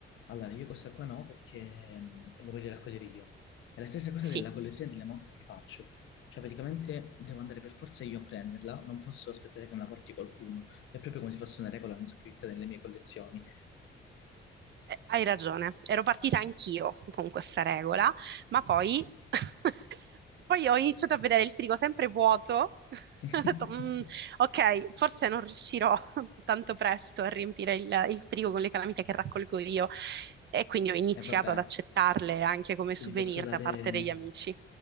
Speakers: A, on the left; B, on the right.
A: allora io questa qua no perché mm, le voglio raccogliere io. È la stessa cosa
B: Sì.
A: della collezione delle mostre che faccio, cioè praticamente devo andare per forza io a prenderla, non posso aspettare che me la porti qualcuno, è proprio come se fosse una regola non scritta nelle mie collezioni.
B: Eh, Hai ragione, ero partita anch'io con questa regola, ma poi, <laughs> poi ho iniziato a vedere il frigo sempre vuoto. <laughs>
A: E
B: Ho detto, "Mm, ok, forse non riuscirò <laughs> tanto presto a riempire il, il frigo con le calamite che raccolgo io. E quindi ho iniziato
A: vabbè,
B: ad accettarle anche come souvenir
A: se ti posso dare,
B: da parte degli amici.